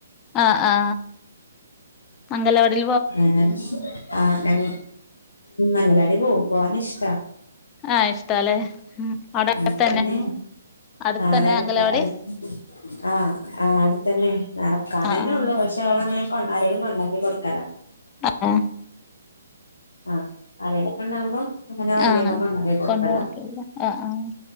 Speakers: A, on the left; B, on the left.
A: ആ ആ അംഗനവാടീല്
B: ആ ആ ഞ അംഗനവാടീ പോകും. പോകാനിഷ്ടാ.
A: ആഹ് ഇഷ്ടാല്ലേ ഉം അവിടെ
B: അപ്പ
A: അടുത്തന്നെ
B: പിന്നെ
A: അടുത്തന്നെ
B: ആടെ അടുത്ത്
A: അംഗലവാടി
B: അടു ആ ആ അടുത്തന്നെ നടക്കാനന്നെ
A: ആഹ് ആഹ്
B: ഉള്ളൂ പക്ഷേ ഓളങ്ങനെ കൊണ്ടാരെലും കൊണ്ടാക്കിക്കൊടുക്കും.
A: ആ
B: ആ ആരേലൊക്കണ്ടാവുമ്പം അങ്ങനെ വണ്ടിമ്മക്കെ
A: ആഹ്
B: ഉണ്ടാക്കി കൊടുക്കലാ.
A: കൊണ്ടടക്കല്ല ആഹ് ആഹ്